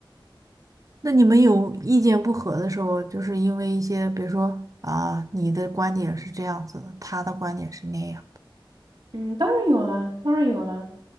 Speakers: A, on the right; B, on the right.
A: 那你们有意见不合的时候，就是因为一些，比如说啊，你的观点是这样子的，他的观点是那样。
B: 嗯，当然有啦，当然有啦。